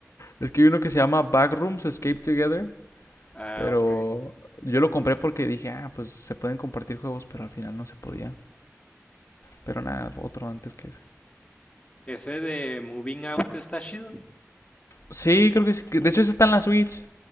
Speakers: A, on the left; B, on the left.
A: Es que hay uno que se llama Backrooms Escape Together,
B: Ah,
A: pero
B: ok.
A: yo lo compré porque dije, ah, pues se pueden compartir juegos, pero al final no se podía. Pero nada, otro antes que ese.
B: Ese de Moving Out está chido.
A: Sí, creo que sí. que- De hecho, ese está en la Switch.